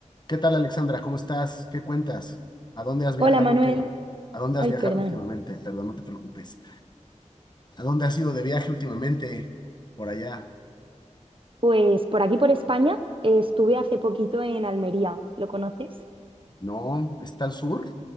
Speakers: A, on the left (about 35°); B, on the right (about 45°).
A: ¿Qué tal, Alexandra? ¿Cómo estás? ¿Qué cuentas? ¿A dónde has viajado
B: Hola Manuel,
A: última- ¿A dónde
B: ay
A: has viajado
B: perdón.
A: últimamente? Perdón, no te preocupes. ¿A dónde has ido de viaje últimamente? Por allá.
B: Pues por aquí por España eh, estuve hace poquito en Almería, ¿lo conoces?
A: No, está al sur.